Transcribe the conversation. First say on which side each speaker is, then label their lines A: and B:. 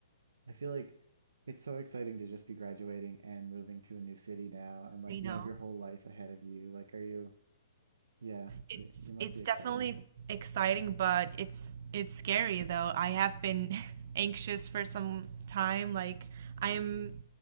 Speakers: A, on the right; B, on the right.
A: I feel like it's so exciting to just be graduating and moving to a new city now, and like
B: I know.
A: you have your whole life ahead of you. Like, are you? Yeah,
B: It's
A: you you must
B: it's
A: be excited.
B: definitely s- exciting, but it's it's scary though. I have been <laughs> anxious for some time. Like I'm